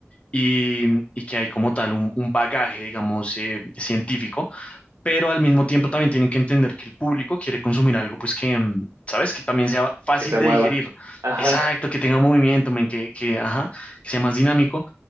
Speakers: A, on the left (about 25°); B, on the right (about 90°).
A: y, y que hay como tal un, un bagaje, digamos, eh, científico pero al mismo tiempo también tienen que entender que el público quiere consumir algo, pues que, mm, ¿sabes? Que también sea fácil
B: Que se
A: de
B: mueva.
A: digerir.
B: Ajá,
A: Exacto, que tenga movimiento, men, que, que, ajá, que sea más dinámico.